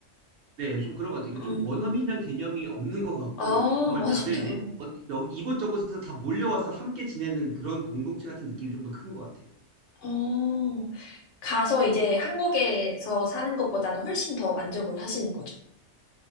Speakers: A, on the right; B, on the left.
A: 네, 좀 그런 것 같아요. 그러니까
B: 음,
A: 좀 원어민이란 개념이 없는 것 같고
B: 아,
A: 정말 다들
B: 아, 진짜요?
A: 이제 어- 여- 이곳저곳에서 다 몰려와서 함께 지내는 그런 공동체 같은 느낌이 좀 더 큰 것 같아요.
B: 어, 가서 이제 한국에서 사는 것보다는 훨씬 더 만족을 하시는 거죠.